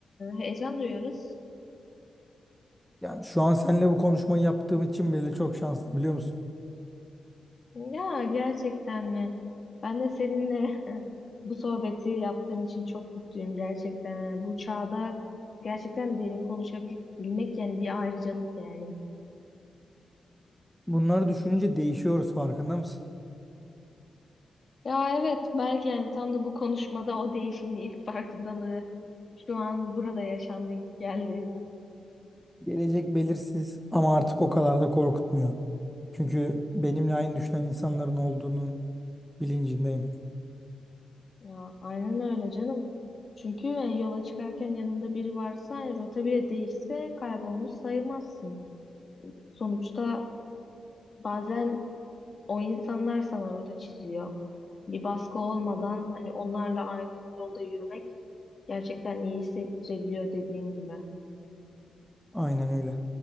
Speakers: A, on the left; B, in the centre.
A: e, heyecan duyuyoruz.
B: Yani şu an seninle bu konuşmayı yaptığım için bile çok şanslıyım biliyor musun?
A: Ya gerçekten mi? Ben de seninle <laughs> bu sohbeti yaptığım için çok mutluyum gerçekten. Bu çağda gerçekten derin konuşabilmek yani bir ayrıcalık yani.
B: Bunları düşününce değişiyoruz farkında mısın?
A: Ya evet belki yani tam da bu konuşmada o değişimin ilk farkındalığı şu an burada yaşandı gibi geldi.
B: Gelecek belirsiz ama artık o kadar da korkutmuyor. Çünkü benimle aynı düşünen insanların olduğunun bilincindeyim.
A: Ya aynen öyle canım. Çünkü yani yola çıkarken yanında biri varsa yani rota bile değişse kaybolmuş sayılmazsın. Sonuçta bazen o insanlar sana rota çiziyor. Bir baskı olmadan hani onlarla aynı yolda yürümek gerçekten iyi hissettirebiliyor dediğim gibi.
B: Aynen öyle.